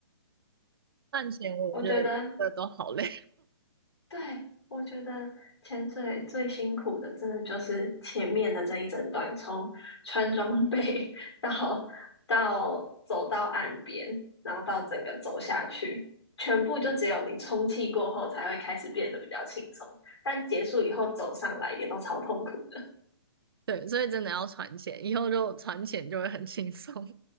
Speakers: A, on the right; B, on the left.
A: 赚钱我觉得这都好累，
B: 我觉得对，我觉得潜水最辛苦的，真的就是前面的这一整段，从穿装备 <laughs> 到到走到岸边，然后到整个走下去，全部就只有你充气过后才会开始变得比较轻松，但结束以后走上来也都超痛苦的。
A: <laughs> 对，所以真的要存钱，以后就存钱就会很轻松。